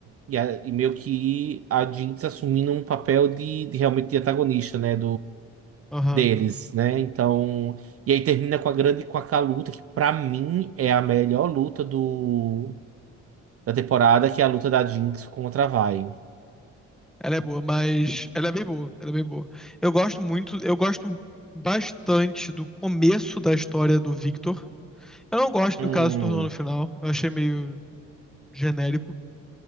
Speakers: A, on the right; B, in the centre.
A: e a- e meio que a Jinx assumindo um papel de, de realmente de antagonista, né?
B: Aham.
A: deles, né? Então, e aí termina com a grande com aquela luta que pra mim é a melhor luta do da temporada, que é a luta da Jinx contra a Vi.
B: Ela é boa, mas ela é bem boa. Ela é bem boa. Eu gosto muito, eu gosto bastante do começo da história do Victor. Eu não gosto
A: Hum,
B: do que ela se tornou no final. Eu achei meio genérico.